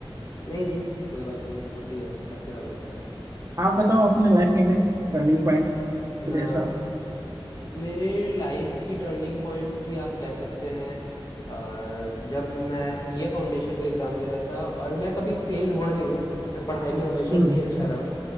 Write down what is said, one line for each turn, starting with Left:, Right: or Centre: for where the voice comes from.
Left: नहीं जी कोई बात नहीं होती है सबके साथ होता है ऐसा
Right: आप बताओ अपने लाइफ में टर्निंग पॉइंट
Left: मैं
Right: कुछ ऐसा
Left: मेरे लाइफ की टर्निंग पॉइंट थी आप कह सकते हैं अ, जब मैं सीए फाउंडेशन का एग्ज़ाम दे रहा था और मैं कभी फेल हुआ नहीं हूँ मैं पढ़ाई में हमेशा
Right: हम्म
Left: से ही अच्छा रहा हूँ